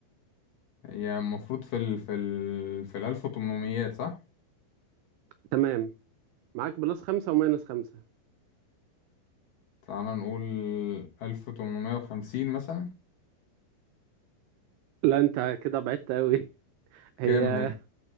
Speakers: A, on the left; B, on the right.
A: هي المفروض في ال في ال في الألف وتمنميات صح؟
B: تمام معاك بلس خمسة وماينس خمسة
A: تعالى نقول ألف وتمنمية وخمسين مثلا
B: لا انت كده بعدت قوي هي
A: كام هي؟